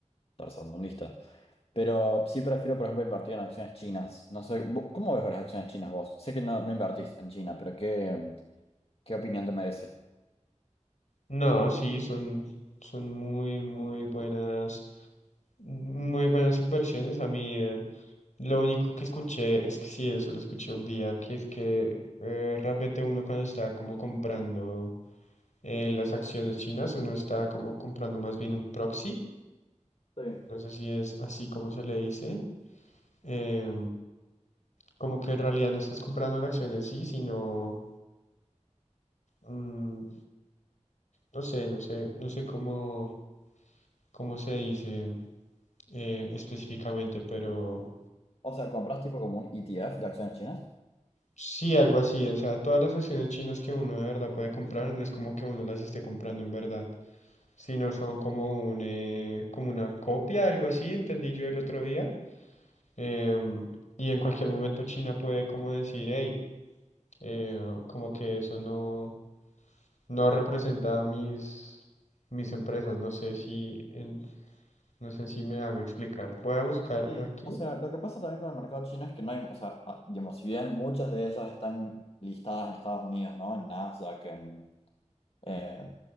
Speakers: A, on the left; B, on the left.
A: tercermundista. Pero sí prefiero, por ejemplo, invertir en acciones chinas. No sé, ¿vo- ¿cómo ves las acciones chinas vos? Sé que no, no invertís en China, pero ¿qué, qué opinión te merece?
B: No, sí, son, son muy, muy buenas, muy buenas inversiones. A mí, eh, Lo único que escuché es que sí, eso lo escuché un día, que es que eh, realmente uno cuando está como comprando eh, las acciones chinas, uno está como comprando más bien un proxy,
A: sí
B: no sé si es así como se le dice, eh, como que en realidad no estás comprando la acción en sí, sino, mm, no sé, no sé, no sé cómo, cómo se dice eh, específicamente, pero...
A: O sea, compras tipo como un ETF de acciones chinas.
B: Sí, algo así, o sea, todas las acciones chinas que uno de verdad puede comprar, no es como que uno las esté comprando en verdad. sino son como un, eh, como una copia, algo así, entendí yo el otro día. Em, y en cualquier momento China puede como decir, hey, eh, como que eso no, no representa mis, mis empresas. No sé si, en- no sé si me hago explicar. Voy a buscar
A: Sí.
B: aquí.
A: O sea, lo que pasa también con el mercado chino es que no hay, o sea, a- digamos, si bien muchas de ellas están listadas en Estados Unidos, ¿no? En Nasdaq, en, eh,